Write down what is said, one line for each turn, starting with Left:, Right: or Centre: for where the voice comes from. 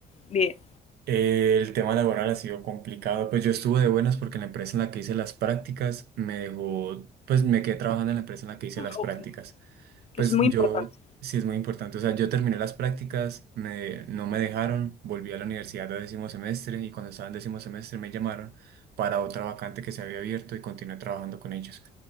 Left: bien?
Right: El tema laboral ha sido complicado. Pues yo estuve de buenas porque en la empresa en la que hice las prácticas me dejó, pues me quedé trabajando en la empresa en la que hice las
Left: Ok,
Right: prácticas.
Left: Que
Right: Pues
Left: eso es muy importante.
Right: yo, sí es muy importante. O sea, yo terminé las prácticas, me, no me dejaron, volví a la universidad de décimo semestre y cuando estaba en décimo semestre me llamaron para otra vacante que se había abierto y continué trabajando con ellos.